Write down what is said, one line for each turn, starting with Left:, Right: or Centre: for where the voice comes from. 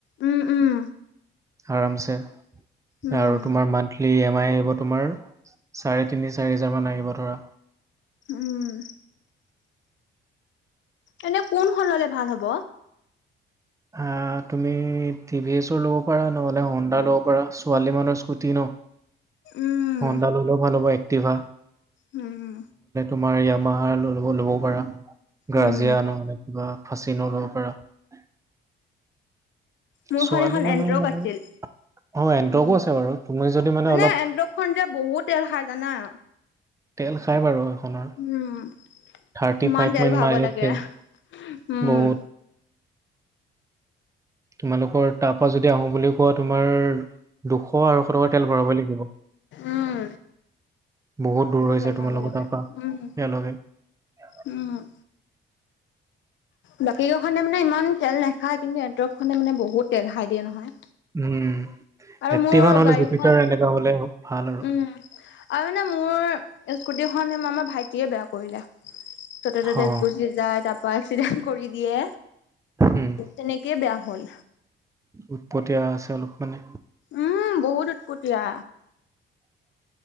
Left: উম উম
Right: আৰামছে
Left: উম
Right: আৰু তোমাৰ মন্তলি ই এম আই এইবোৰত তোমাৰ চাৰে তিনি চাৰি হাজাৰ মান আহিব ধৰা।
Left: উম এনে কোন খন ললে ভাল হ'ব
Right: অ তুমি টি ভি এছৰ ল'ব পাৰা নহ'লে হন্দা ল'ব পাৰা ছোৱালী মানুহৰ স্কুটি ন <unintelligible>
Left: উম
Right: হন্দা হ'লেও ভাল হব এক্টিভা
Left: উম
Right: আমাৰ ইয়ামাহাৰ লব ল'ব পাৰা গাজিয়া
Left: উম
Right: নহলে কিবা ফাঁচি নল'ব পাৰা
Left: মোৰখন
Right: ছোৱালী
Left: এখন
Right: মানুহৰ
Left: এনড্ৰক
Right: মানে
Left: আছিল
Right: অ', এণ্টৰ্কো
Left: মানে
Right: আছে বাৰু তুমি যদি অলপ
Left: এনড্ৰকখন যে বহুত তেল খাই জানা।
Right: তেল খাই বাৰু সেখনৰ
Left: উম
Right: থাৰ্টি
Left: ইমান
Right: ফাইভ
Left: তেল
Right: মান
Left: ভৰাব
Right: মাৰিছে
Left: লাগে উম
Right: বহুত তোমালোকৰ তাৰ পৰা যদি আহো বুলি কোৱা তোমাৰ দুশ আঢ়ৈশ টকাৰ তেল ভৰাবই লাগিব
Left: উম
Right: বহুত দূৰ হৈছে
Left: তেল ভৰাব
Right: তোমাৰ লগত
Left: লাগে
Right: তাৰ পৰা ইয়াৰ
Left: উম
Right: লৈকে
Left: উম বাকী গাওখনে মানে ইমান তেল নাখায় কিন্তু এন্দক খনে মানে বহুত তেল খাই দিয়ে নহয়
Right: উম
Left: আৰু
Right: এক্টিভা
Left: মোৰ
Right: নহলে
Left: গাড়ীখন
Right: জুপিটাৰ এনেকা হলে ভাল আৰু
Left: উম আৰু মানে মোৰ স্কুটি আমাৰ ভাইটিয়ে বেয়া কৰিলে জতে ততে
Right: অ
Left: গুজি যায় তাৰ এক্সিডেণ্ট কৰি দিয়ে
Right: উম
Left: তেনেকেই বেয়া হ'ল।
Right: উৎপতীয়া আছে অলপ মানে
Left: উম বহুত উৎপতিয়া